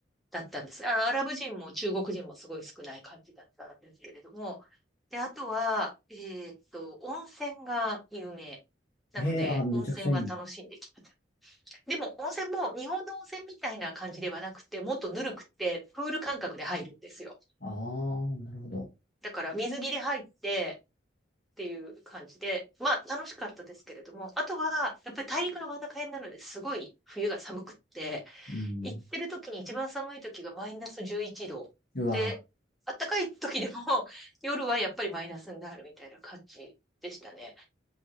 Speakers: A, in the centre; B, on the left.
A: だったんです。あアラブ人も中国人もすごい少ない感じだったんですけれども、で、あとは、えーっと、温泉が有名。なので、
B: へえ、あ、めちゃくちゃいい。
A: 温泉は楽しんできました。でも、温泉も日本の温泉みたいな感じではなくて、もっとぬるくて、プール感覚で入るんですよ。
B: ああ、なるほど。
A: だから、水着で入って、っていう感じで、まあ楽しかったですけれども、あとはやっぱり大陸の真ん中辺なのですごい冬が寒くって、
B: うん。
A: 行ってる時に一番寒い時がマイナス11度で、
B: うわ、
A: 暖かい時でも <laughs> 夜はやっぱりマイナスになるみたいな感じでしたね。